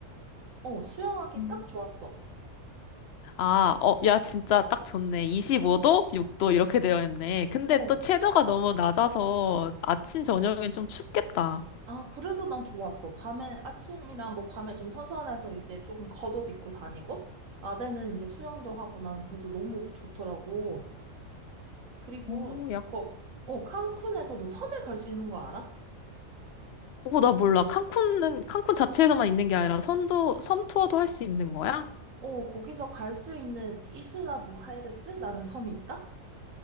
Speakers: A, on the right; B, on the left.
A: 어, 수영하기
B: 음.
A: 딱 좋았어.
B: 아, 어, 야, 진짜 딱 좋네. 25도, 6도 이렇게 되어 있네. 근데
A: 어.
B: 또 최저가 너무 낮아서 아침, 저녁엔 좀 춥겠다.
A: 아, 그래서 난 좋았어. 밤에, 아침이나 뭐 밤에 좀 선선해서 이제 조금 겉옷 입고 다니고, 낮에는 이제 수영도 하고 나는 그래서 너무 좋더라고. 그리고,
B: 어, 약,
A: 거, 어, 칸쿤에서 너 섬에 갈 수 있는 거 알아?
B: 어, 나 몰라. 칸쿤은, 칸쿤 자체에서만 있는 게 아니라 선도, 섬 투어도 할 수 있는 거야?
A: 어, 거기서 갈 수 있는 이슬라 무하이레스라는 섬이 있다?